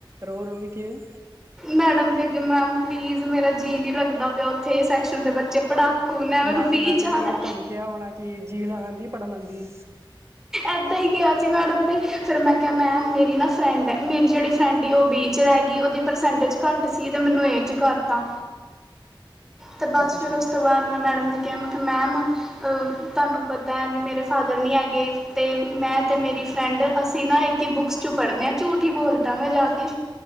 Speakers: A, on the right; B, in the centre.
A: ਰੋ ਰੋ ਕਿ ਕਿਵੇਂ
B: ਮੈਡਮ ਦੇ ਅੱਗੇ ਮੈਮ ਪਲੀਜ਼ ਮੇਰਾ ਜੀਅ ਨਹੀਂ ਲੱਗਦਾ ਪਿਆ ਉੱਥੇ ਏ ਸੈਕਸ਼ਨ ਦੇ ਬੱਚੇ ਪੜਾਕੂ ਨੇ ਮੈਨੂੰ
A: ਮੈਂ
B: ਬੀ
A: ਮੈਡਮ
B: ਚ
A: ਨੇ
B: ਆਣੈ
A: ਫਿਰ ਤੁਹਾਨੂੰ ਕਿਹਾ ਹੋਣੈ ਕੀ ਜੀਅ ਲਾਨ ਆਂਦੀ ਪੜਨ ਆਂਦੀ
B: ਇੱਦਾਂ ਹੀ ਕਿਆ ਸੀ ਮੈਡਮ ਨੇ ਫਿਰ ਮੈਂ ਕਿਹਾ ਮੈਮ ਮੇਰੀ ਨਾ ਫਰੈਂਡ ਹੈ ਮੇਰੀ ਜਿਹੜੀ ਫਰੈਂਡ ਉਹ ਬੀ ਚੱ ਰਹਿ ਗਈ ਉਹਦੀ ਪਰਸੈਂਟੇਜ ਘੱਟ ਸੀ ਤੇ ਮੈਨੂੰ ਏ ਚ ਕਰਤਾ ਤੇ ਬਸ
A: ਅੱਛਾ
B: ਫੇਰ ਉਸ ਤੋਂ ਬਾਅਦ ਮੈਡਮ ਨੇ ਕਿਹਾ, ਮੈਂ ਮੈਮ ਤੁਹਾਨੂੰ ਪਤਾ ਹੈ ਵੀ ਮੇਰੇ ਫਾਦਰ ਨਹੀਂ ਹੈਗੇ। ਗੇ ਅਤੇ ਮੈਂ ਅਤੇ ਮੇਰੀ ਫਰੈਂਡ ਅਸੀਂ ਨਾ ਇੱਕ ਹੀ ਬੁੱਕਸ 'ਚ ਪੜ੍ਹਦੇ ਹਾਂ ਝੂਠ ਹੀ ਬੋਲਦਾ ਮੈਂ ਜਾ ਕੇ।